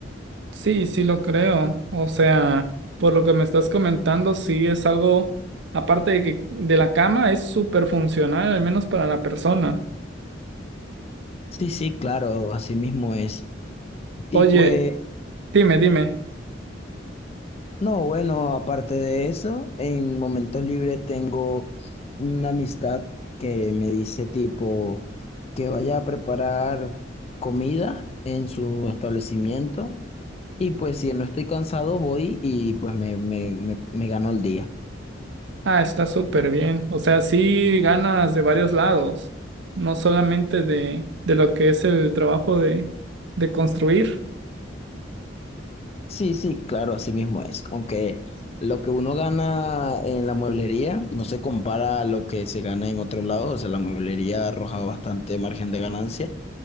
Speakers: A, on the right (about 65°); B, on the left (about 35°).
A: Sí, sí lo creo. O sea, por lo que me estás comentando, sí es algo, aparte de que de la cama, es súper funcional, al menos para la persona.
B: Sí, sí, claro, así mismo es. Y
A: Oye,
B: pues
A: dime, dime.
B: No, bueno, aparte de eso, en momentos libres tengo una amistad que me dice tipo que vaya a preparar comida en su establecimiento y pues si no estoy cansado voy y pues me, me, me, me gano el día.
A: Ah, está súper bien. O sea, sí ganas de varios lados, no solamente de, de lo que es el trabajo de, de construir.
B: Sí, sí, claro, así mismo es. Aunque lo que uno gana en la mueblería no se compara a lo que se gana en otro lado, o sea, la mueblería arroja bastante margen de ganancia.